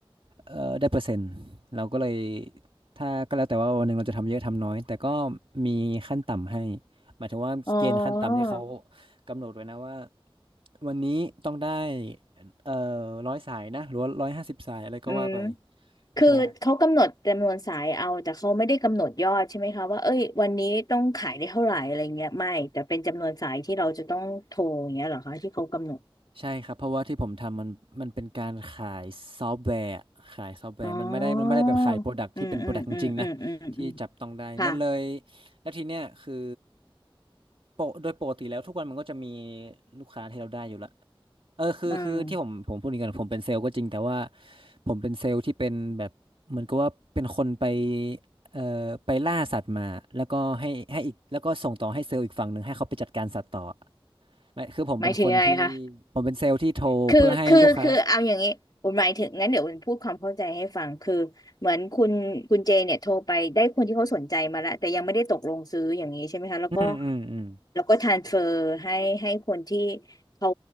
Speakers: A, on the right; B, on the left.
A: เอ่อได้เปอร์เซ็นต์เราก็เลยถ้าก็แล้วแต่ว่าวันหนึ่งเราจะทำเยอะทำน้อยแต่ก็มีขั้นต่ำให้หมายถึงว่าเกณฑ์ขั้นต่ำที่เขา
B: อ๋อ
A: กำหนดไว้นะว่าวันนี้ต้องได้เอ่อร้อยสายนะหรือว่าร้อยห้าสิบสายอะไรก็ว่าไป
B: อืมคือเขากำหนดจำนวนสายเอาแต่เขาไม่ได้กำหนดยอดใช่ไหมคะว่าเอ้ยวันนี้ต้องขายได้เท่าไหร่อะไรเงี้ยไม่แต่เป็นจำนวนสายที่เราจะต้องโทรอย่างเงี้ยเหรอคะที่เขากำหนด
A: ใช่ ใช่ครับเพราะว่าที่ผมทำมันมันเป็นการขายซอฟต์แวร์อะขายซอฟต์แวร์มันไม่ได้มันไม่ได้แบบขายโปรดักที่เป็นโปรดักจริงๆนะที่จับต้องได้มันเลย
B: อ๋ออืมอืมอืมอืมอืมอืมค่ะ
A: แล้วทีเนี้ยคือโปรโดยปกติแล้วทุกวันมันก็จะมีลูกค้าที่เราได้อยู่ละเออคือคือที่ผมผมพูดอย่างนี้ก่อนผมเป็นเซลล์ก็จริงแต่ว่า
B: อืม
A: ผมเป็นเซลล์ที่เป็นแบบเหมือนกับว่าเป็นคนไปเอ่อไปล่าสัตว์มาแล้วก็ให้ให้อีกแล้วก็ส่งต่อให้เซลล์อีกฝั่งหนึ่งให้เขาไปจัดการสัตว์ต่อ ไม่คือผมเป็นคนที่
B: หมายถึงยังไงคะ
A: ผมเป็นเซลล์ที่โทรเพื่อให้ลูกค้า
B: คือคือคือเอาอย่างนี้ผมหมายถึงงั้นเดี๋ยวผมพูดความเข้าใจให้ฟังคือเหมือนคุณคุณเจเนี่ยโทรไปได้คนที่เขาสนใจมาแล้วแต่ยังไม่ได้ตกลงซื้ออย่างนี้ใช่ไหมคะแล้วก็
A: อืมอืมอืม
B: แล้วก็ทรานเฟอร์ให้ให้คนที่เขา